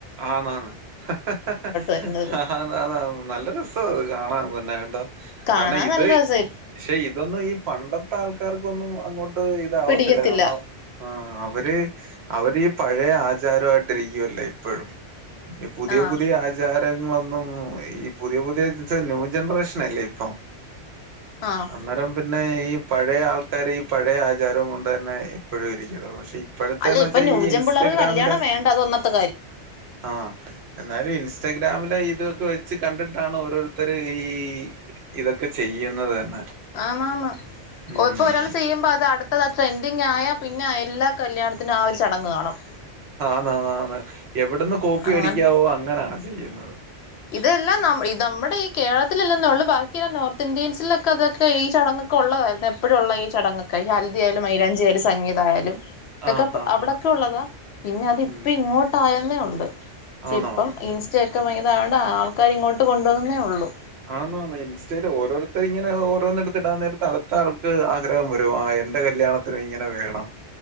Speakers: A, on the right; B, on the left.
A: ആന്നാന്ന് ഹ ഹ
B: വരുന്നത്
A: ഹ ആന്നാന്ന് നല്ല രസവാത് കാണാൻ തന്നെ.
B: കാണാൻ
A: കാരണം ഇത്
B: നല്ല രസ
A: ക്ഷെ ഇതൊന്നും ഈ പണ്ടത്തെ ആൾക്ക ആർക്കൊന്നും അങ്ങോട്ട് ത് ഇതാവല്ല
B: പിടിക്കത്തില്ല
A: കാരണം ഹ് അവര് അവരീ പഴയ ആചാരമായിട്ടിരിക്കുവല്ലേ പ്പഴും ഈ പുതിയ
B: ആഹ്
A: പുതിയ ആചാരങ്ങളൊന്നും ന്നോന്നു ഈ പുതിയ പുതിയ ജൻസ് ന്യൂ ജനറേഷനല്ലേ ഇപ്പൊ
B: ആഹ്
A: അന്നേരം പിന്നെ ഈ പഴയ ആൾക്കാര് ഈ പഴയ ആചാരവും കൊണ്ട് തന്നെ ഇപ്പോഴും ഇരിക്കത്തോള്ളു പക്ഷെ ഇപ്പോഴത്തെന്ന്
B: അല്ലേ ഇപ്പം
A: വെച്ചാ
B: ന്യൂജം
A: ഈ ഇൻസ്റ്റഗ്രാമില്
B: പിള്ളേർക്ക് കല്യാണം വേണ്ട അത് ഒന്നാമത്
A: ആഹ് എന്നാലും ഇൻസ് ഇൻസ്റ്റഗ്രാമില് ഇതൊക്കെ വെച്ച് കണ്ടിട്ടാണ് ഓരോരുത്തർ ഈ ഇതൊക്കെ ചെയ്യുന്നത് തന്നെ
B: ആമ മ
A: ഉം
B: ഓ ഇപ്പൊ ഒരാൾ ചെയ്യുമ്പോ അത് അടുത്തതത്ര എ ത് ഞായാ പിന്നെ എല്ലാ കല്യാണത്തി ത്തിന് ആ ഒരു ചടങ്ങ് കാണും
A: ആന്നാന്ന് എവിടുന്ന് കോപ്പി
B: അങ്ങനെ
A: അടിക്കാവോ അങ്ങനാ ചെയ്യുന്നത്
B: ഇതെല്ലാം നമ്മ് നമ്മുടെ ഈ കേരളത്തിലല്ലന്ന ഉള്ളൂ ബാക്കിയ എല്ലാം നോർത്ത് ഇന്ത്യൻസിലൊക്കെ അതൊക്കെ ഈ ചടങ്ങൊക്കെ ഉള്ളതായിരുന്നു എപ്പോഴും ഉള്ളതാ ഈ ചടങ്ങൊക്കെ ഈ ഹൽദ ആയാലും മൈലാഞ്ചിയാലും സംഗീതായാലും ഇതൊക്കെപ്പ്
A: ആഹ് ആഹ്
B: അവിടൊക്കെ
A: ആഹ്
B: ഉള്ളതാ പിന്നെ അത് ഇപ്പ
A: ഉം
B: ഇങ്ങോട്ടയെന്നേ ഉണ്ട് ക്ഷേ
A: ആന്നോ
B: ഇപ്പം ഇൻസ്റ്റ <unintelligible> അതാണ്ട ആൾക്കാരി ഇങ്ങോട്ട് കൊണ്ടുവന്നേ ഉള്ളൂ
A: ആന്നാന്ന് ഇൻസ്റ്റയിൽ ഓരോരുത്തർ ഇങ്ങനെ ഓരോന്നേടുത്ത് ഇടാൻ നേരത്ത് അടുത്ത ആൾക്ക് ആഗ്രഹം വരും ആ എന്റെ കല്യാണത്തിന് ഇങ്ങനെ വേണം